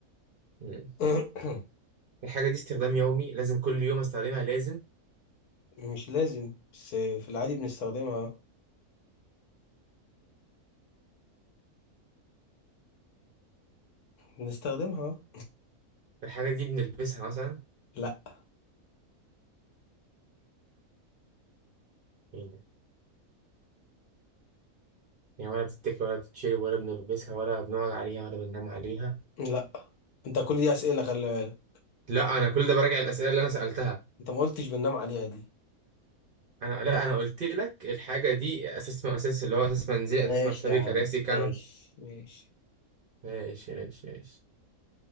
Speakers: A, on the right (about 60°); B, on the left (about 80°).
A: مم.
B: <coughs>
A: الحاجة دي استخدام يومي لازم كل يوم أستخدمها لازم
B: <clears throat> مش لازم بس في العادي بنستخدمها بنستخدمها
A: الحاجة دي بنلبسها مثلا
B: لا
A: إيه ده؟ يعني ولا بتتاكل ولا بتتشرب ولا بنلبسها ولا بنقعد عليها ولا بننام عليها
B: لا انت كل دي اسئله خلي بالك
A: لا أنا كل ده براجع الأسئلة اللي أنا سألتها
B: انت ما قلتش بننام عليها دي
A: انا لا انا قلت لك الحاجه دي اساس من اساس اللي هو اساس منزلي
B: ماشي
A: اساس مكتبي
B: يا عم
A: كراسي كنب
B: ماشي ماشي
A: ماشي ماشي ماشي